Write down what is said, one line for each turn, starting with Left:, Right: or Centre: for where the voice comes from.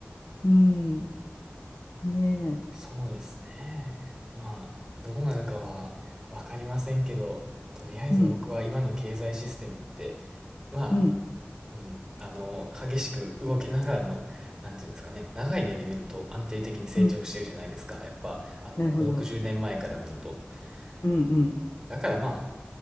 Left: うん、ねえ、
Right: そうですね。まあ、どうなるかはわかりませんけど、とりあえず僕は今の経済システムって、
Left: うん、
Right: まあ、
Left: うん、
Right: うん、あの、激しく動きながらも、なんていうんですかね、長い目で見ると安定的に成長してるじゃないですか。
Left: うん、
Right: やっぱ、あの、
Left: なるほど。
Right: 5、60年前から見ると。
Left: うん、
Right: うん、
Left: うん。
Right: だからまあ、